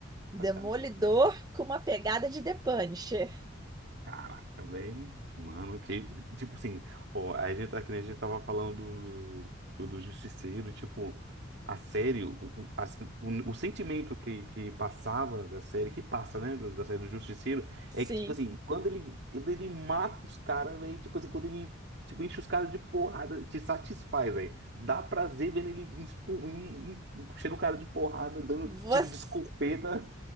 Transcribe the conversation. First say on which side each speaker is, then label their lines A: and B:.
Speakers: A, on the right; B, on the right.
A: Demolidor
B: Tá, cara, não.
A: com uma pegada de The Punisher.
B: Caraca, também, mano, que, tipo assim, ó, a gente tá que nem a gente tava falando do, do, do Justiceiro, tipo, a série, o, o, a- o- o sentimento que, que passava da série, que passa, né, do- da série do Justiceiro,
A: Sim.
B: é que, tipo assim, quando ele, quando ele mata os caras, velho, tipo assim, quando ele, tipo, enche os caras de porrada, te satisfaz, velho, dá prazer vendo ele expu- em- em- enchendo o cara de porrada, dando
A: Você.
B: tiro de escopeta,